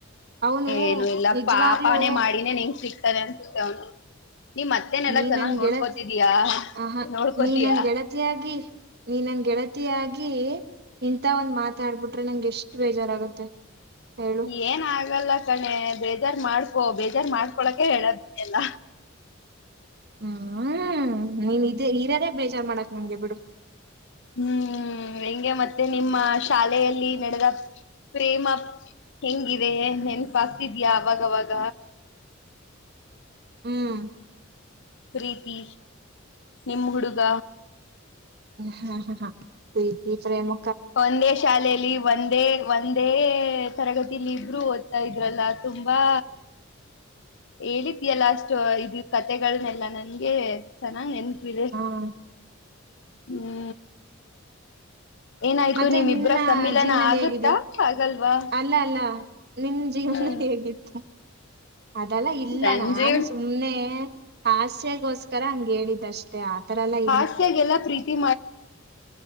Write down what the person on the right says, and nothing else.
ಅವನು
ನಿಜವಾಗ್ಲೂ
ನೀ
ನನ್
ಗೆಳತ್ ಆಹ
ನೀ ನನ್ ಗೆಳತಿಯಾಗಿ ನೀ ನನ್ ಗೆಳತಿಯಾಗಿ ಇಂತ ಒಂದ್ ಮಾತಾಡ್ಬಿಟ್ರೆ ನಂಗೆ ಎಷ್ಟ್ ಬೇಜಾರಾಗುತ್ತೆ ಹೇಳು
ಹ್ಮ್ ನೀನ್ ಇದೇ ಇರದೇ ಬೇಜಾರ್ ಮಾಡಾಕ್ ನಂಗೆ ಬಿಡು
ಹ್ಮ್
ಹಾ ಹಾ ಹಾ ಪ್ರೀತಿ ಪ್ರೇಮ
ಹ
ಮತ್ತೆ
ನಿನ್ನ
ಜೀವನ
ಹೇಗಿದೆ
ಅಲ್ಲ ಅಲ್ಲ ನಿನ್ ಜೀವನ
ಹೇಗಿತ್ತು ಅದೆಲ್ಲ ಇಲ್ಲ
ನಾನು ಸುಮ್ನೆ ಹ್ಯಾಸ್ ಗೋಸ್ಕರ ಹಂಗ ಹೇಳಿದ್ದಷ್ಟೆ ಆತರ ಎಲ್ಲ
ಇಲ್ಲ